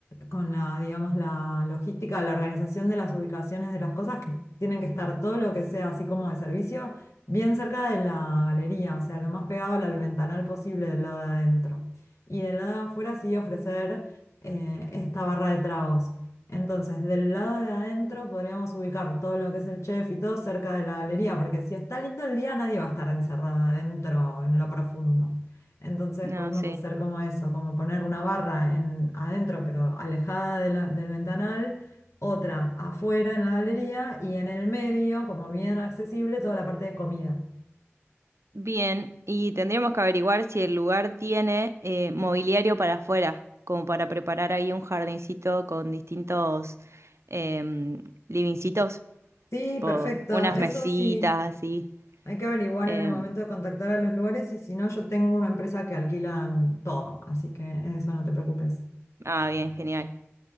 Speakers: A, on the left (about 85°); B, on the right (about 70°).
A: con la, digamos, la logística, la organización de las ubicaciones de las cosas que tienen que estar todo lo que sea así como de servicio, bien cerca de la galería, o sea, lo más pegado al ventanal posible del lado de adentro. Y del lado de afuera sí ofrecer eh, esta barra de tragos. Entonces, del lado de adentro podríamos ubicar todo lo que es el chef y todo cerca de la galería, porque si está lindo el día, nadie va a estar encerrado adentro en lo profundo. Entonces
B: no,
A: podemos
B: sí.
A: hacer como eso, como poner una barra en, adentro, pero alejada de la- del ventanal, otra afuera en la galería y en el medio, como bien accesible, toda la parte de comida.
B: Bien, y tendríamos que averiguar si el lugar tiene eh, mobiliario para afuera, como para preparar ahí un jardincito con distintos eh, livingcitos,
A: Sí,
B: tipo
A: perfecto.
B: unas
A: Eso
B: mesitas
A: sí,
B: así.
A: hay que averiguar
B: Eh,
A: en el momento de contactar a los lugares y si no, yo tengo una empresa que alquilan todo, así que eso no te preocupes.
B: ah, bien, genial.